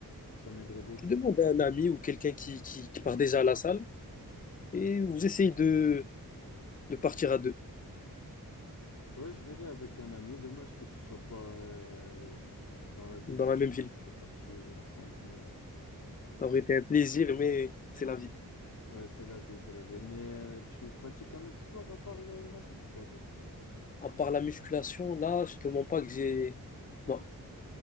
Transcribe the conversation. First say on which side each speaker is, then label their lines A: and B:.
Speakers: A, on the left; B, on the left.
A: Ça m'aiderait beaucoup.
B: Tu demandes à un ami ou quelqu'un qui, qui, qui part déjà à la salle et vous essayez de, de partir à deux.
A: Ouais, je verrai avec un ami. Dommage que tu sois pas euh, dans la ville
B: dans
A: où
B: la
A: je suis.
B: même ville.
A: On serait parti ensemble, mais
B: Ça aurait été un plaisir, mais c'est la vie.
A: Ouais, c'est la vie, c'est la vie. Mais euh, tu pratiques un autre sport à part le- la salle, pas toi?
B: À part la musculation, là, je te mens pas que j'ai. Non.